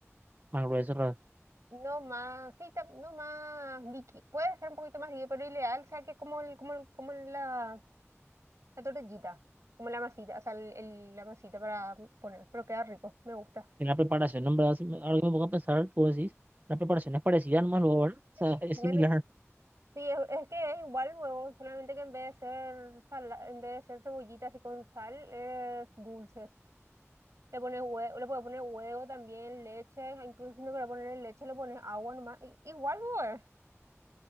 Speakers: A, on the right; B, on the right.
A: más gruesas
B: No más, sí, ta- no más líquido. Puede ser un poquito más líquido, pero ideal, o sea, que como, el, como, el- como la, la tortillita, como la masita, o sea, el, el- la masita para poner, pero queda rico, me gusta.
A: en la preparación, ¿no? en verdad, si me- ahora que me pongo a pensar, tú decís, la preparación es parecida nomás luego, ¿verdad? O sea,
B: Sí,
A: es
B: menos-
A: similar.
B: sí, es, es que es igual el huevo, solamente que en vez de ser sala- en vez de ser cebollitas y con sal, es dulce. Le pones huevo, le puedes poner huevo también, leche, incluso si no quieres poner leche, le pones agua nomás. i- Igual, huevo